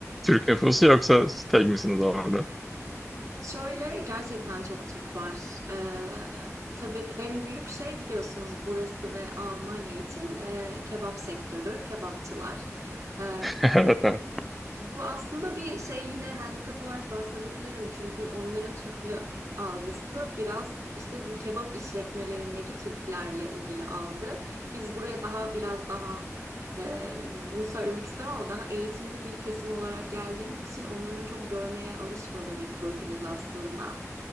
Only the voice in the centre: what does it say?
Türk nüfusu yoksa siz tek misiniz orada? <laughs>
Evet, evet.